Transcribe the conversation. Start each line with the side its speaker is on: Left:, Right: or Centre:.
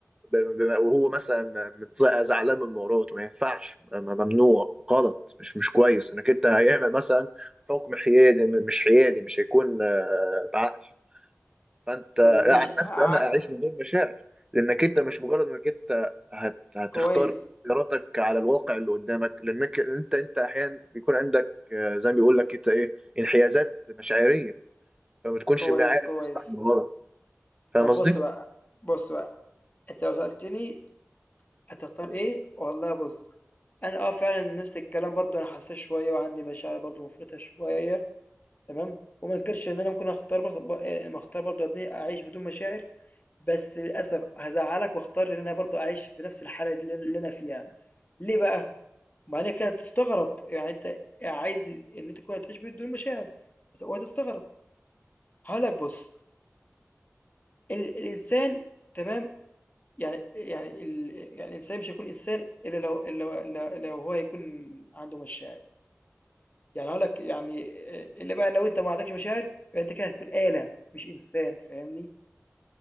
Right: ب- ب- وهو مثلا متز- زعلان من مراته ما ينفعش م- ممنوع غلط مش مش كويس انك انت هيعمل مثلا حكم حيادي م- مش حيادي مش هيكون آه، بعقل فانت
Left: طب ماشي
Right: عن نفسي
Left: ع-
Right: انا اعيش من غير مشاعر لانك انت مش مجرد انك انت هت... هتختار
Left: كويس
Right: اختياراتك على الواقع اللي قدامك لانك انت انت احيانا بيكون عندك آه، زي ما بيقول لك انت ايه انحيازات مشاعريه فما تكونش
Left: كويس
Right: عارف
Left: كويس
Right: تصلح من غلط فاهم
Left: طب
Right: قصدي؟
Left: بص بقى بص بقى انت لو سألتني هتختار ايه والله بص انا اه فعلا نفس الكلام برضو انا حساس شويه وعندي مشاعر برضو مفرطه شويه تمام وما انكرش ان انا ممكن اختار بخ... ب... آه، ما اختار برضو ابني اعيش بدون مشاعر بس للاسف هزعلك واختار ان انا برضو اعيش بنفس الحاله دي اللي انا فيها ليه بقى؟ مع انك هتستغرب يعني انت عايز ان انت تكون تعيش بدون مشاعر بس- وهتستغرب هقول لك بص ال الإنسان تمام، يعني يعني ال يعني الإنسان مش هيكون إنسان إلا لو إلا لو إلا لو هو يكون عنده مشاعر، يعني هاقول لك يعني آآ، إلا بقى لو أنت ما عندكش مشاعر يبقى أنت كده هتكون آلة مش إنسان فاهمني؟